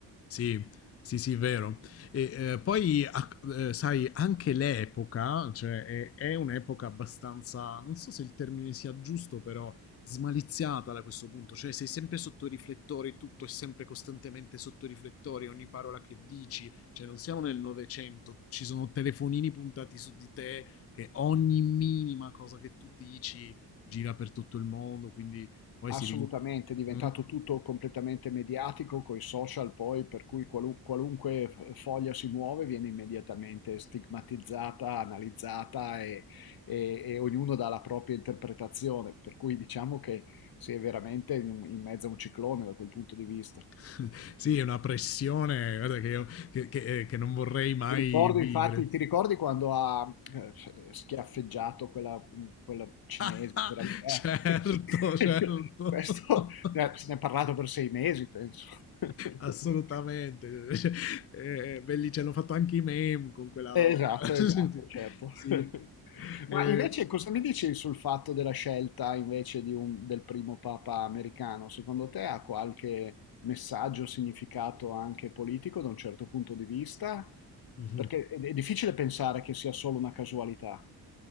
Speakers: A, on the left; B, on the left.
A: Sì, sì, sì, vero. E, eh, poi, a- eh, sai, anche l'epoca, cioè, è, è un'epoca abbastanza, non so se il termine sia giusto, però smaliziata da questo punto. Cioè, sei sempre sotto i riflettori, tutto è sempre costantemente sotto i riflettori, ogni parola che dici. Cioè, non siamo nel Novecento, ci sono telefonini puntati su di te, che ogni minima cosa che tu dici gira per tutto il mondo, quindi poi
B: Assolutamente,
A: si rin...
B: è diventato
A: Mm?
B: tutto completamente mediatico coi social poi, per cui qualu- qualunque f- foglia si muove viene immediatamente stigmatizzata, analizzata e, e- e ognuno dà la propria interpretazione, per cui diciamo che si è veramente in, in mezzo a un ciclone da quel punto di vista.
A: <laughs> Sì, è una pressione guarda, che, io, che, che- eh, che non vorrei mai
B: Ti ricordo,
A: vivere.
B: infatti, ti ricordi quando ha eh, schiaffeggiato quella, quella cinese?
A: <laughs>
B: Quella...
A: certo,
B: lì? Eh.
A: certo.
B: <laughs> Questo
A: <laughs>
B: eh, se ne è parlato per sei mesi, penso. <laughs>
A: Assolutamente. Cioè, eh, belli, ce l'hanno fatto anche i meme con quella
B: Eh,
A: roba.
B: Esatto,
A: <laughs>
B: esatto, certo.
A: Sì.
B: <laughs>
A: Eh,
B: Ma invece cosa mi dici sul fatto della scelta invece di un- del primo papa americano? Secondo te ha qualche messaggio, significato anche politico da un certo punto di vista?
A: mhm.
B: Perché è è difficile pensare che sia solo una casualità.